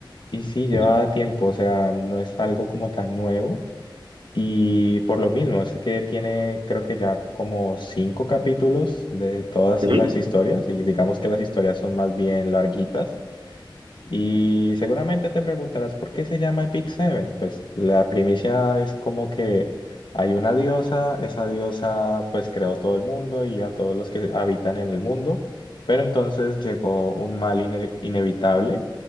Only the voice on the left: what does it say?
y sí, lleva
tiempo, o sea, no es algo como tan nuevo y por lo mismo, es que tiene creo que ya como cinco capítulos de todas
las historias y digamos que las historias son más bien larguitas. Y seguramente te preguntarás por qué se llama Epic Seven. Pues la primicia es como que hay una diosa, esa diosa pues creó todo el mundo y a todos los que habitan en el mundo, pero entonces llegó un mal ine- inevitable